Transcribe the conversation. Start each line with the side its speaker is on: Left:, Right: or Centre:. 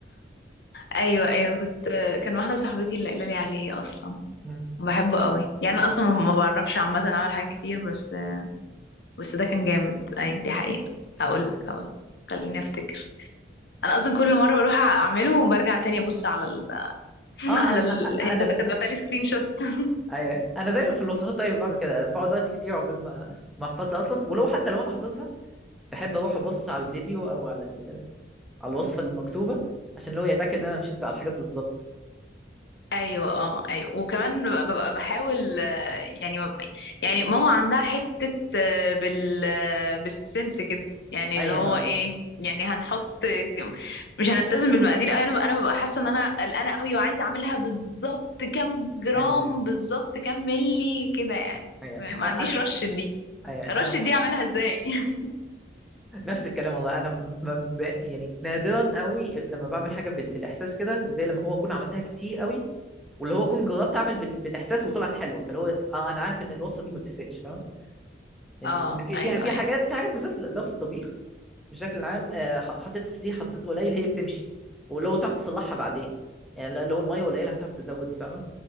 Left: ايوه ايوه كنت كان واحده صاحبتي اللي قايله لي عليه اصلا
Centre: مم.
Left: بحبه قوي يعني انا اصلا ما بعرفش عامه اعمل حاجات كتير بس بس ده كان جامد ايوه دي حقيقه هقول
Centre: أيوة.
Left: لك هقول لك. خليني افتكر انا اصلا كل مره بروح اعمله وبرجع تاني ابص على ال... <laughs>
Centre: اه
Left: على
Centre: انا
Left: ال...
Centre: أ- أ-
Left: هي
Centre: انا
Left: كانت
Centre: د-
Left: كاتبه لي سكرين شوت <laughs>
Centre: أيوة. انا دايما في الوصفات طيب بعمل كده يعني بقعد وقت كتير عقبال ما ما احفظها اصلا ولو حتى لو انا حافظها بحب اروح ابص على الفيديو او على ال... على الوصفه المكتوبه عشان لو يتاكد ان انا مشيت على الحاجات بالظبط
Left: ايوه اه ايوه وكمان ببقى ببقى بحاول آه، يعني ببقى يعني ماما عندها حته آه، بال آه، بالسنس كده يعني
Centre: ايوه
Left: اللي هو
Centre: آه.
Left: ايه يعني هنحط مش هنلتزم بالمقادير قوي انا ببقى- انا ببقى حاسه ان انا قلقانه قوي وعايزه اعملها بالظبط كام جرام
Centre: ايوه ايوه
Left: بالظبط كام ملي كده يعني
Centre: ايوه
Left: ما
Centre: أ-
Left: عنديش
Centre: أنا-
Left: رش دي
Centre: أيوة.
Left: رش
Centre: انا
Left: دي اعملها ازاي <laughs>
Centre: نفس الكلام والله انا م- م- ب- يعني نادرا قوي لما بعمل حاجه بال- بالاحساس كده غير لما هو اكون عملتها كتير قوي واللي هو اكون جربت اعمل بال- بالاحساس وطلعت حلوه فاللي هو آه انا عارف ان الوصفه دي ما بتفرقش فاهم ان
Left: اه
Centre: إن في
Left: ايوه
Centre: في في
Left: ايوه
Centre: حاجات في حاجات بالذات لو في الطبيخ بشكل عام آه، ح- حطيت كتير حطيت قليل هي بتمشي ولو تعرف تصلحها بعدين يعني لا- لو الميه قليله هتعرف تزود فاهمه